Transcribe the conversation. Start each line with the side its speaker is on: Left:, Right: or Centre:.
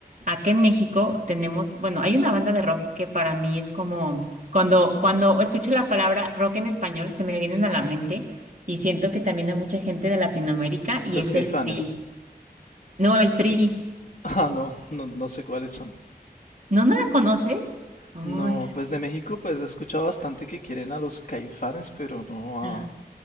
Right: acá en México tenemos, bueno, hay una banda de rock que para mí es como cuando, cuando escucho la palabra rock en español, se me vienen a la mente y siento que también hay mucha gente de Latinoamérica y
Left: Los
Right: es
Left: Caifanes.
Right: el Tri.
Left: <laughs>
Right: No, el Tri.
Left: Ah, no, no, no sé cuáles son.
Right: ¿No, no la conoces? Ay,
Left: No, pues de México pues he escuchado bastante que quieren a los Caifanes, pero no a,
Right: ala.